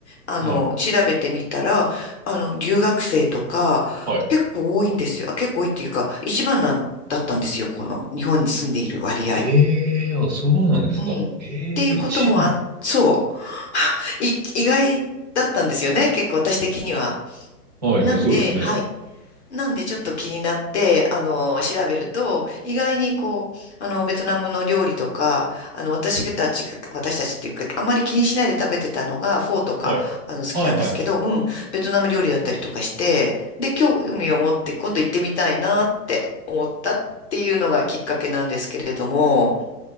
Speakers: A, on the left (about 45°); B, on the right (about 25°).
A: あの、
B: はい。
A: 調べてみたら、あの、留学生とか、
B: はい。
A: 結構多いんですよ。あ結構多いっていうか、一番なんだったんですよ。この日本に住んでいる割合。
B: ええあ、そうなんですか。
A: うん。っていうこともあ、
B: ええ一番。
A: そう。<laughs> い、意外だったんですよね。結構私的には。
B: はいはい、
A: なんで、
B: そうですね。
A: はい。なんでちょっと気になって、あの、調べると、意外にこう、あの、ベトナムの料理とか、あの、私たちが、私たちっていうか、あんまり気にしないで食べてたのが、フォーとか、
B: はい。
A: あの、好きなんですけど、
B: はいはいはい。
A: うん、ベトナム料理だったりとかして、で、興味を持って今度行ってみたいなって思ったっていうのがきっかけなんですけれども、